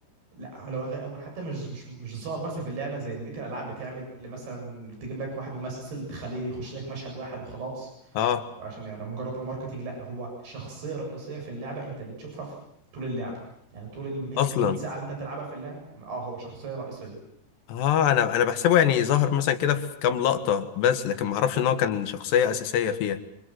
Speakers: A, on the right; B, on the left.
A: لا لو غير او حتى مش مش مش ظاهر بس في اللعبه زي ما بقيه الالعاب بتعمل مثلا تجيب لك واحد ممثل تخليه يخش لك مشهد واحد وخلاص
B: اه
A: وعشان يعني مجرد الماركتينج لا هو شخصيه رئيسيه في اللعبه انت بتشوفها في طول اللعبه يعني طول ال 100
B: اصلا
A: 100 ساعه اللي انت بتلعبها في اللعبه اه هو شخصيه رئيسيه
B: اه انا انا بحسبه يعني ظهر مثلا كده في كام لقطة بس لكن ما اعرفش ان هو كان شخصية اساسية فيها